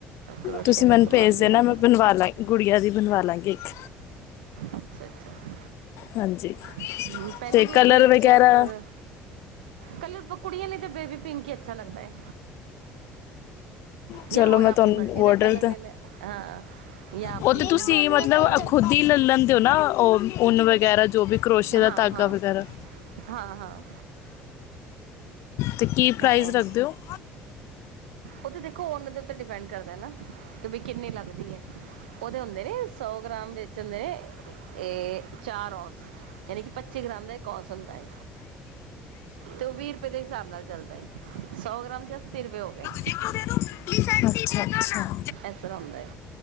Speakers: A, on the right (about 75°); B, on the left (about 60°).
A: ਕਰੋਸ਼ੀਏ
B: ਤੁਸੀਂ
A: ਦਾ
B: ਮੈਨੂੰ
A: ਸਮਾਨ
B: ਭੇਜ
A: ਵੀ
B: ਦੇਣਾ
A: ਨਾ
B: ਮੈਂ ਬਣਵਾ ਲਾਂ, ਗੁੜੀਆਂ ਦੀ ਬਣਵਾ ਲਾਂਗੇ ਇੱਕ
A: ਅੱਛਾ-ਅੱਛਾ
B: ਹਾਂਜੀ
A: ਹਮ, ਪਹਿਲੇ
B: ਤੇ
A: ਵੀ
B: ਕਲਰ
A: ਇੱਕ ਵਾਰੀ ਇੱਕ
B: ਵਗੈਰਾ
A: ਸਵੈਟਰ ਕਲਰ ਕੁੜੀਆਂ ਲਈ ਤਾਂ ਬੇਬੀ ਪਿੰਕ ਹੀ ਅੱਛਾ ਲੱਗਦਾ ਹੈ
B: ਚਲੋ
A: ਯਾ ਹੋਰ
B: ਮੈਂ
A: ਆਪਣੀ
B: ਤੁਹਾਨੂੰ
A: ਮਰਜ਼ੀ
B: ਔਡਰ
A: ਦਾ ਕਲਰ ਲੈ-ਲੈ ਹਾਂ ਯਾ ਆਪਣੀ
B: ਉਹ ਤੇ ਤੁਸੀਂ
A: ਮਰਜ਼ੀ
B: ਮਤਲਬ
A: ਦਾ ਕਲਰ ਲੈਲੈ
B: ਖੁਦ ਹੀ ਲੈ ਲੈਂਦੇ ਹੋ ਨਾ, ਉਹ ਉਨ ਵਗੈਰਾ ਜੋ ਵੀ ਕਰੋਸ਼ੀਏ ਦਾ
A: ਹਾਂ
B: ਧਾਗਾ
A: ਹਾਂ
B: ਵਗੈਰਾ
A: ਹਾਂ ਹਾਂ
B: ਤੇ ਕੀ ਪ੍ਰਾਈਜ਼
A: ਹਾਂ
B: ਰੱਖਦੇ ਹੋ
A: ਉਹ ਤੇ ਦੇਖੋ ਉਨ ਦੇ ਉੱਤੇ ਡਿਪੈਂਡ ਕਰਦਾ ਨਾ, ਕਿ ਬਈ ਕਿੰਨੀ ਲੱਗਦੀ ਏ <inaudible> ਉਹਦੇ ਹੁੰਦੇ ਨੇ ਸੌ ਗ੍ਰਾਮ ਵੇਚਣ ਦੇ, ਏ ਚਾਰ ਔਸ, ਯਾਨੀ ਕਿ ਪੱਚੀ ਗ੍ਰਾਮ ਦੇ ਕੋਸ ਹੁੰਦਾ ਏ। ਤੇ ਓਹ ਵੀਹ ਰੁਪਏ ਦੇ ਹਿਸਾਬ ਨਾਲ ਚੱਲਦਾ ਏ। ਸੌ ਗ੍ਰਾਮ ਦੇ ਅੱਸੀ ਰੁਪਏ ਹੋ ਗਏ।
B: ਅਛਾ -ਅਛਾ।
A: ਐਸਰਾਂ ਹੁੰਦਾ ਏ।